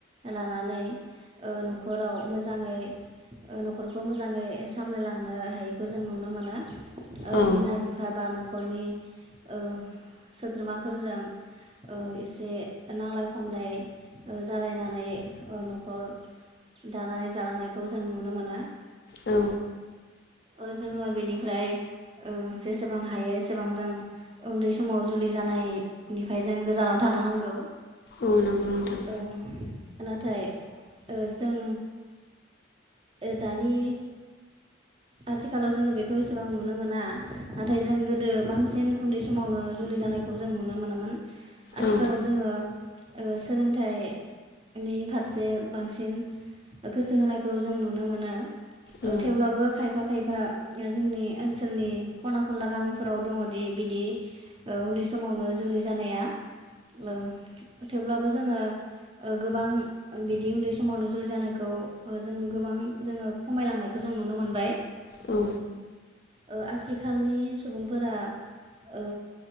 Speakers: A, on the right (about 25°); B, on the left (about 50°).
A: लानानै ओ न'खराव मोजाङै ओ न'खरखौ मोजाङै सामलायलांनो हायैखौ जों नुनो मोनो। ओ
B: औ
A: बिमा बिफा बा न'खरनि ओ सोद्रोमाफोरजों ओ इसे नांलाय खमलाय जालायनानै न'खर दानानै जालांनायखौ जों नुनो मोनो।
B: औ
A: ओ जोङो बेनिफ्राय ओ जेसेबां हायो एसेबां जों उन्दै समाव जुलि जानायनिफ्राय जों गोजानाव थानो नांगौ।
B: औ नोंगौ नोंथां।
A: ओ नाथाय ओ जों ओ दानि आथिखालाव जोङो बेखौ एसेबां नुनो मोना नाथाय जों गोदो बांसिन उन्दै समावनो जुलि जानायखौ जों नुनो मोनोमोन। आथिखालाव
B: औ
A: जोंङो ओ सोलोंथाइनि फारसे बांसिन गोसो होनायखौ जों नुनो मोनो।
B: औ
A: ओ थेवब्लाबो खायफा खायफा ओ जोंनि ओनसोलनि खना खनला गामिफोराव दङदि बिदि ओ उन्दै समावनो जुलि जानाया। औ थेवब्लाबो जोंङो ओ गोबां ओ बिदि उन्दै समावनो जुलि जानायखौ ओ जों गोबां जोंङो खमायलांनायखौ जों नुनो मोनबाय।
B: औ
A: ओ आथिखालनि सुबुंफोरा ओ